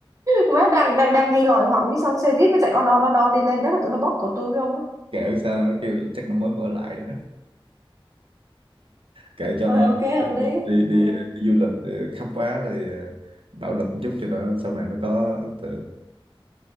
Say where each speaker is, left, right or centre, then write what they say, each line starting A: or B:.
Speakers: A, on the right; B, on the right.
A: má đang đang đang đi lòi họng cái xong xe jeep nó chạy on on on on đi lên chắc là tụi nó bóp cổ tôi với ông á
B: kệ sao đó kêu chắc nó mới mở lại đó kệ cho
A: rồi
B: nó
A: ok hợp
B: đi
A: lý
B: đi, đi, đi
A: ừ.
B: du lịch để khám phá rồi ờ, bạo lực một chút cho nó sau này nó có ấn tượng